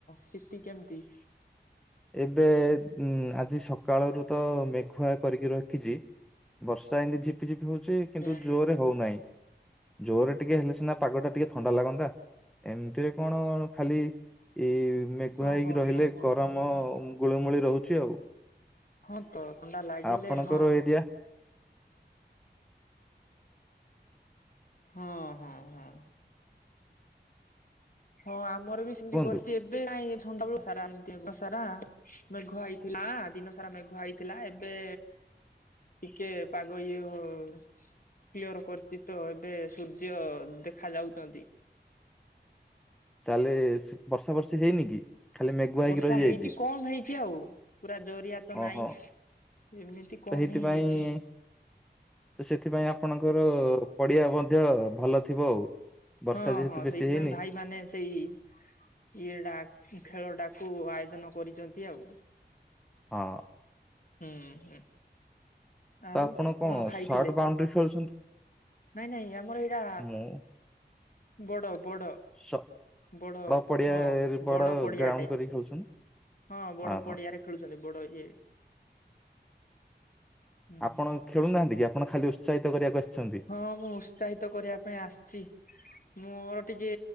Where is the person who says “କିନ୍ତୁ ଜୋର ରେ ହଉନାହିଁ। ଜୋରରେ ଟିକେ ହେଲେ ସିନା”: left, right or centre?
Centre